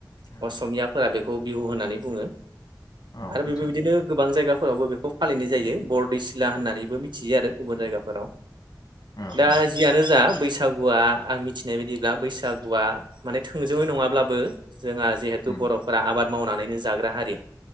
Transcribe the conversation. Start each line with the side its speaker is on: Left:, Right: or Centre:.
Left: औ
Right: असमियाफोरा बेखौ खौ बिहु होननानै बुङो
Left: औ
Right: आरो
Left: नोंथां
Right: बेफोर बायदिनो गोबां जायगा फोरावबो बेखौ फालिनाय जायो बरदैसिला होननानैबो मिथियो आरो गुबुन जायगाफोराव।
Left: औ
Right: दा
Left: नोंथां
Right: जियानो जा बैसागुवा आं मिथिनाय बायदिब्ला बैसागुआ माने थोंजोङै नङाब्लाबो जोंहा जिहेथु
Left: उम
Right: बर'फोरा आबाद मावनानैनो जाग्रा हारि